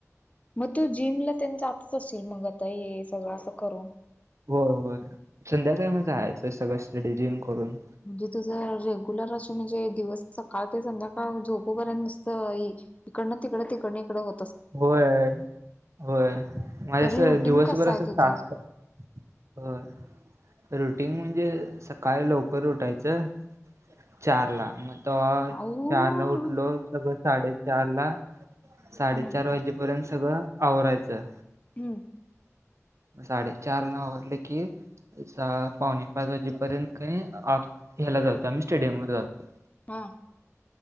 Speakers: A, on the left; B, on the right.
A: म तू जिमलातेन जातच आशील मग आता हे सगळं आसं करून?
B: व्हय व्हय, संध्याकाळी म जायाचं सगळं स्टडी जिन करून
A: म्हणजे तुझं रेग्युलर अस म्हणजे दिवस सकाळ ते संध्याकाळ झोपूपर्यंत नुसत इकडनं तिकड तिकडन इकड हो
B: व्हय होय माझ
A: तरी
B: आसं
A: रुटीन
B: दिवसभर
A: कसं
B: असं
A: आहे तुझं?
B: टास्क होय रुटीग म्हणजे सकाळी लवकर उठायचं, चारला म तव्हा
A: आऊ
B: चारला उठलो सगळं साडेचारला साडेचार
A: हम्म
B: वाजेपर्यंत सगळं आवरायचं,
A: हू,
B: म साडेचारला आवरल की, सहा पावणे पाच वाजेपर्यंतकनी आप हेला जातो आम्ही स्टेडियम वर जातोय.
A: हा,